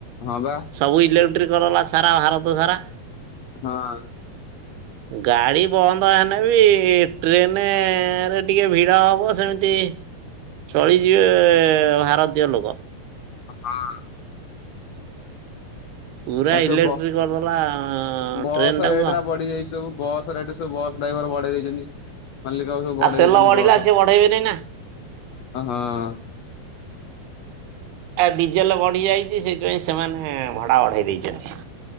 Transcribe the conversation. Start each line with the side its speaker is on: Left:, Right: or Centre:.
Left: ହଁ ବା।
Right: ସବୁ ଇଲେକ୍ଟ୍ରିକ୍ କରିଦେଲା ସାରା ଭାରତ ସାରା।
Left: ହଁ।
Right: ଗାଡି ବନ୍ଦ ହେନେବି ଟ୍ରେନ ରେ ଟିକେ ଭିଡ଼ ହବ ସେମିତି ଚଳିଯିବେ ଭାରତୀୟ ଲୋକ।
Left: ହଁ।
Right: ପୁରା
Left: ଆ ସ
Right: ଇଲେକ୍ଟ୍ରି କରିଦେଲା
Left: ବସ୍
Right: ଟ୍ରେନ ଟାକୁ
Left: ରେଟ୍
Right: ଆଉ।
Left: ଟା ବଢିଯାଇଛି ସବୁ। ବସ୍ ରେଟ୍ ସ ବସ୍ ଡ୍ରାଇଭର ବଢ଼େଇ ଦେଇଛନ୍ତି। ମଲ୍ଲିକ ବା ସବୁ ବଡେଇ
Right: ଆଉ ତେଲ
Left: ଦେଇଛନ୍ତି
Right: ବଢିଲା
Left: ବସ
Right: ସିଏ ବଢେଇବେନି ନା।
Left: ହଁ ହଁ।
Right: ଆ ଡିଜେଲ ବଢି ଯାଇଛି ସେଇଥିପାଇଁ ସେମାନେ ଭଡା ବଢ଼େଇ ଦେଇଛନ୍ତି।